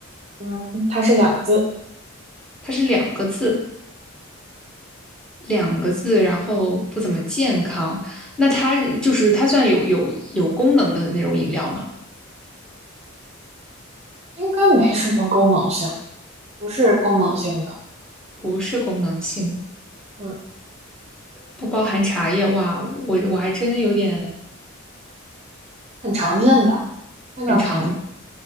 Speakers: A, on the right; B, in the centre.
A: 嗯，它是两个字，
B: 它是两个字，两个字，然后不怎么健康。那它就是它算有有有功能的那种饮料吗？
A: 应该没什么功能性，不是功能性的，
B: 不是功能性，
A: 嗯，
B: 不包含茶叶。哇，我我还真有点
A: 很常见的，非常常见。
B: 很常，